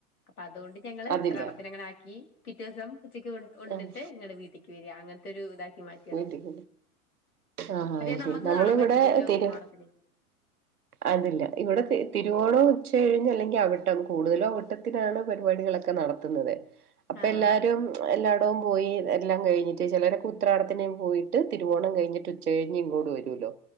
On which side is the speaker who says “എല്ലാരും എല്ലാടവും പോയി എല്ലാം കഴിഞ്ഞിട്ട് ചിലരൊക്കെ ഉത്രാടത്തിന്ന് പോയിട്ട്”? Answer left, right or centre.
Right